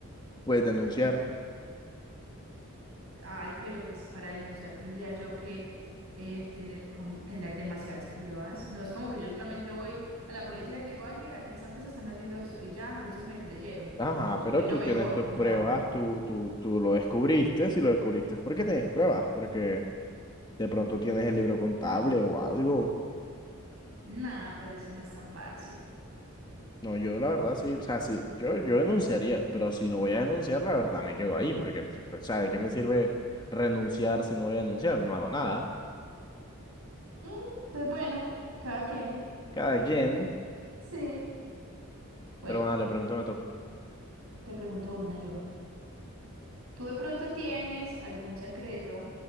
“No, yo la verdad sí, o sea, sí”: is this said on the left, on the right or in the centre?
Left